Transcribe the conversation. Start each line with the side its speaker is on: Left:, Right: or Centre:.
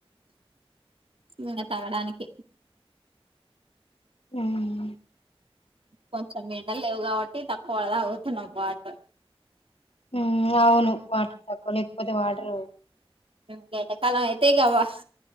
Right: ఇంగ తాగడానికి
Left: ఉం
Right: కొంచెం ఎండల్ లేవు కాబట్టి తక్కువ తాగుతున్నాం వాటరు
Left: ఉం అవును వాటర్ తకువ లేకపోతే వాటర్
Right: ఎండ కాలం అయితే ఇగ వ